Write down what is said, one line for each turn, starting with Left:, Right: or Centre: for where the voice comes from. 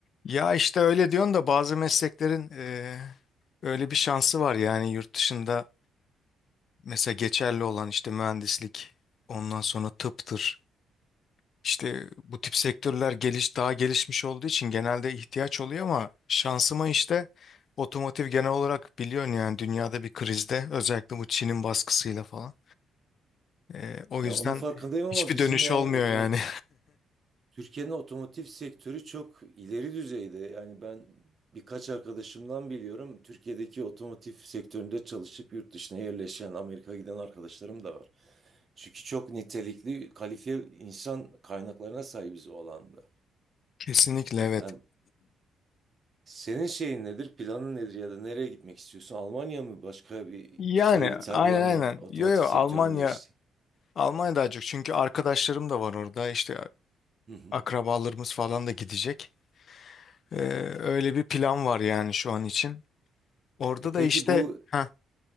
Left: Ya işte öyle diyorsun da bazı mesleklerin eee, öyle bir şansı var yani yurt dışında mesela geçerli olan işte mühendislik ondan sonra tıptır işte bu tip sektörler geliş daha gelişmiş olduğu için genelde ihtiyaç oluyor ama şansıma işte otomotiv genel olarak biliyorsun yani dünyada bir krizde özellikle bu Çin'in baskısıyla falan Eee, o
Right: Ya
Left: yüzden
Right: onun farkındayım ama
Left: hiçbir
Right: bizim
Left: dönüş
Right: yani
Left: olmuyor
Right: otomo-
Left: yani
Right: Türkiye'nin otomotiv sektörü çok ileri düzeyde. Yani ben birkaç arkadaşımdan biliyorum. Türkiye'deki otomotiv sektöründe çalışıp yurt dışına yerleşen, Amerika'ya giden arkadaşlarım da var. Çünkü çok nitelikli, kalifiye insan kaynaklarına sahibiz o alanda.
Left: <laughs> kesinlikle evet.
Right: Yani senin şeyin nedir, planın nedir ya da nereye gitmek istiyorsun? Almanya mı, başka bir
Left: Yani
Right: şehir, İtalya
Left: aynen aynen.
Right: mı, otomotiv
Left: Yo yo
Right: sektörünün
Left: Almanya
Right: geliştiği?
Left: Almanya daha çok çünkü arkadaşlarım da var orada işte
Right: Hı hı.
Left: akrabalarımız falan da gidecek. Ee, öyle bir plan var yani şu an için. Orada
Right: E
Left: da
Right: peki
Left: işte
Right: bu
Left: ha